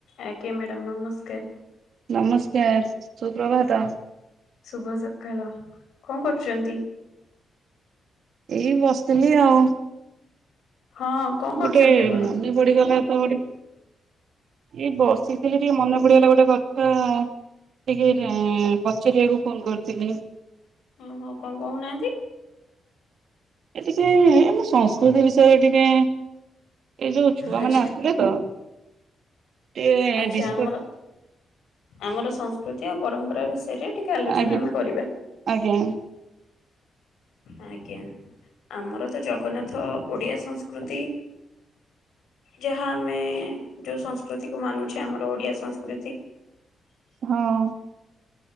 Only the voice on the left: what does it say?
ଆଜ୍ଞା ମ୍ୟାଡ଼ାମ ନମସ୍କାର।
ଶୁଭ ସକାଳ, କଣ କରୁଚନ୍ତି?
ହଁ। କଣ କରୁଛନ୍ତି
ଆପଣ?
ଓ ହୋ କଣ କହୁନାହାନ୍ତି।
ଆଚ୍ଛା।
ଆଚ୍ଛା
ଆମର ଆମର ସଂସ୍କୃତି ଆଉ ପରମ୍ପରା ବିଷୟରେ ଟିକ କେ ଆଲୋଚନା
ଆମେ କରିବା।
<inaudible> ଆଜ୍ଞା। ଆମର ତ ଜଗନ୍ନାଥ ଓଡିଆ ସଂସ୍କୃତି ଯାହା ଆମେ ଯୋଉ ସଂସ୍କୃତି କୁ ମାନୁଛେ ଆମର ଓଡିଆ ସଂସ୍କୃତି।